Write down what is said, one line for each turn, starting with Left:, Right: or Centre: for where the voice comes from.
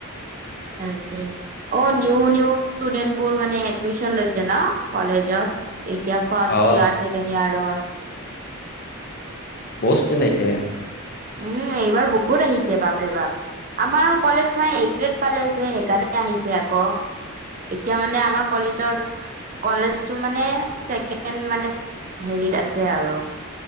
Right: তাকে অ নি নি ষ্টুডেন্ট বোৰ মানে এডমিচন লৈছে ন কলেজত <unintelligible> এতিয়া ফাৰ্ষ্ট
Left: অ
Right: ইয়াৰ ছেকেণ্ড ইয়াৰৰ,
Left: বস তেনেছে <unintelligible>
Right: উম এইবাৰ বহুত আহিছে। বাপ ৰে বাপ আমাৰ কলেজ খনে এগ্ৰেড পালে যে সেইকাৰণে। এনে আহিছে আকৌ <inaudible> এতিয়া মানে আমাৰ কলেজৰ, কলেজটো মানে ছেকেণ্ড মানে হৈছে ত আছে আৰু